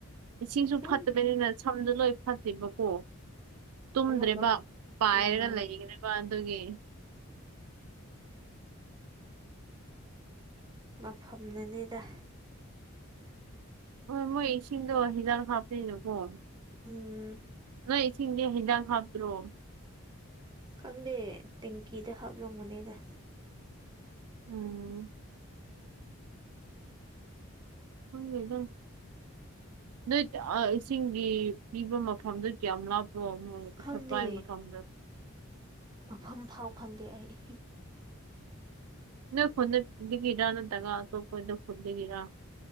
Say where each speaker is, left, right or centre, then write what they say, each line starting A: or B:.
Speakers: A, on the right; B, on the right.
A: ꯏꯁꯤꯡꯁꯨ
B: ꯍꯨꯝ
A: ꯐꯠꯇꯕꯅꯤꯅ ꯁꯝꯖꯨ ꯂꯣꯏ ꯐꯠꯇꯦꯕꯀꯣ꯫ ꯇꯨꯝꯗ꯭ꯔꯦꯕ
B: ꯑꯃꯨꯛꯀ
A: ꯄꯥꯏꯔꯒ
B: ꯎꯝ
A: ꯂꯩꯒ꯭ꯔꯦꯕ ꯑꯗꯨꯒꯤ <inaudible>
B: ꯃꯐꯝꯅꯅꯤꯗ
A: ꯎꯝ ꯃꯣꯏ ꯏꯁꯤꯡꯗꯣ ꯍꯤꯗꯥꯛ ꯍꯥꯞꯄꯅꯤꯅ ꯀꯣ
B: ꯎꯝ
A: ꯅꯣꯏ ꯏꯁꯤꯡꯗꯤ ꯍꯤꯗꯥꯛ ꯍꯥꯞꯇ꯭ꯔꯣ꯫
B: ꯈꯪꯗꯦ ꯇꯦꯡꯀꯤꯗ ꯍꯥꯞꯂꯝꯒꯅꯤꯗꯥ
A: ꯎꯝ ꯈꯪꯗꯦꯗꯥ ꯅꯣꯏ ꯇ-ꯑꯥ ꯏꯁꯤꯡꯒꯤ ꯄꯤꯕ ꯃꯐꯝꯗꯨ ꯀ꯭ꯌꯥꯝ ꯂꯥꯞ ꯅꯣ ꯃꯣꯏ
B: ꯈꯪꯗꯦ
A: ꯁꯄ꯭ꯂꯥꯏ ꯃꯐꯝꯗꯣ
B: ꯃꯐꯝ ꯐꯥꯎ ꯈꯪꯗꯦ ꯑꯩ
A: ꯅꯣꯏ ꯈꯨꯟꯗ ꯍꯨꯠꯅꯤꯡꯂꯤꯔꯥ ꯅꯠꯇ꯭ꯔꯒ ꯑꯇꯣꯞꯄꯗ ꯈꯨꯟꯗꯒꯤꯔꯥ